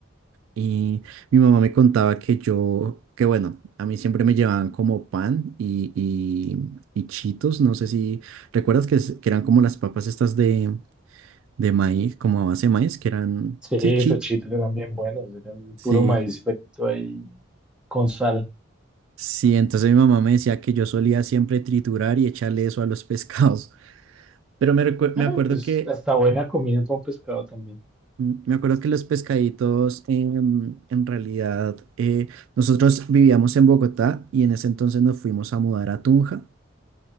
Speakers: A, on the right; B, in the centre.
A: y mi mamá me contaba que yo, que bueno, a mí siempre me llevaban como pan y, y, y chitos, no sé si recuerdas que, es- que eran como las papas estas de, de maíz, como a base de maíz, que eran,
B: Sí,
A: sí,
B: esos
A: chi-
B: chitos eran bien buenos, eran
A: Sí,
B: puro maíz frito ahí con sal.
A: sí, entonces mi mamá me decía que yo solía siempre triturar y echarle eso a los <laughs> pescados. Pero me, recue-
B: Eh,
A: me acuerdo
B: pues
A: que
B: hasta buena comida con pescado también.
A: me acuerdo que los pescaditos em, en, realidad eh, nosotros vivíamos en Bogotá y en ese entonces nos fuimos a mudar a Tunja.